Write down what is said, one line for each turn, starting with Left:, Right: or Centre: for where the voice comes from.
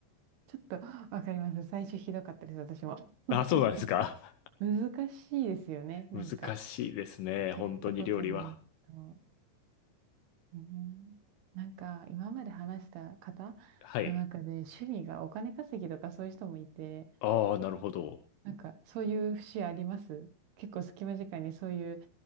Right: ちょっとわかります。最初ひどかったです、私も。
Left: ああ、そうなんですか。
Right: <laughs>
Left: <laughs>
Right: 難しいですよね。なんか、
Left: 難しいですね、本当に料理は。
Right: やったことないと。うんなんか、今まで話した方の中で、
Left: はい。
Right: 趣味がお金稼ぎとかそういう人もいて、
Left: ああ、なるほど。
Right: なんか、そういう節あります結構隙間時間にそういう